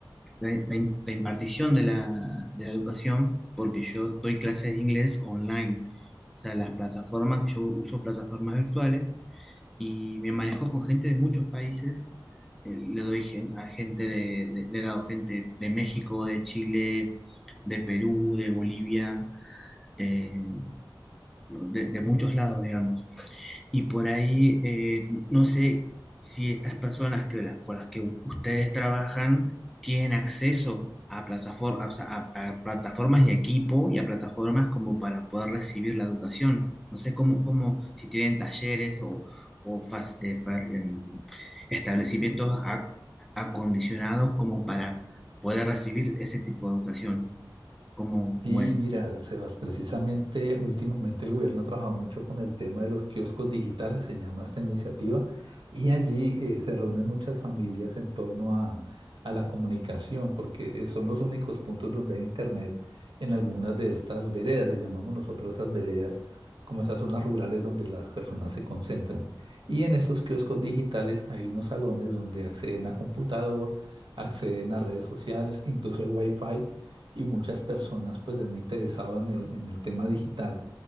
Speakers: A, in the centre; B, on the right (about 80°).
A: la- la im- la impartición de la, de la educación, porque yo doy clases de inglés online. O sea, las plataformas que yo uso, plataformas virtuales y me manejo con gente de muchos países. Eh, le doy gen- a gente, de- de- le he dado gente de México, de Chile, de Perú, de Bolivia, eh, no, de, de muchos lados, digamos. Y por ahí, eh, no sé si estas personas que las, con las que u- ustedes trabajan tienen acceso a, platafor o sea, a, a plataformas y equipo y a plataformas como para poder recibir la educación. No sé cómo, cómo si tienen talleres o, o fas- eh, fa- em, establecimientos a- acondicionados como para poder recibir ese tipo de educación. ¿Cómo, cómo
B: Sí,
A: es?
B: mira, Sebas, precisamente últimamente el gobierno ha trabajado mucho con el tema de los kioscos digitales, se llama esta iniciativa, y allí eh, se reúnen muchas familias en torno a, a la comunicación, porque eh, son los únicos puntos donde hay internet en algunas de estas veredas, le llamamos nosotros esas veredas, como esas zonas rurales donde las personas se concentran. Y en estos kioscos digitales hay unos salones donde acceden a computador, acceden a redes sociales, incluso hay wifi y muchas personas pues se han interesado en el, en el tema digital